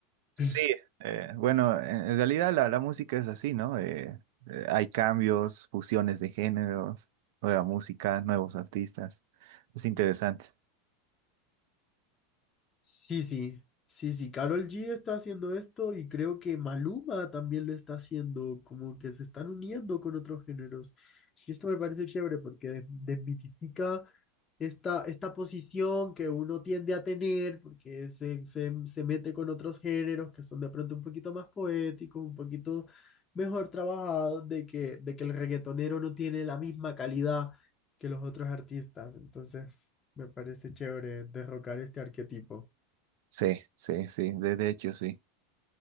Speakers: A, on the right; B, on the left.
A: Sí,
B: <laughs>
A: eh, bueno, en en realidad la, la música es así, ¿no? Eh, eh, hay cambios, fusiones de géneros, nueva música, nuevos artistas. Es interesante.
B: Sí, sí, sí, sí, Karol G está haciendo esto y creo que Maluma también lo está haciendo, como que se están uniendo con otros géneros. Y esto me parece chévere porque des- desmitifica esta, esta posición que uno tiende a tener porque se, se, se mete con otros géneros que son de pronto un poquito más poéticos, un poquito mejor trabajados, de que, de que el reggaetonero no tiene la misma calidad que los otros artistas. Entonces, me parece chévere derrocar este arquetipo.
A: Sí, sí, sí, de, de hecho, sí.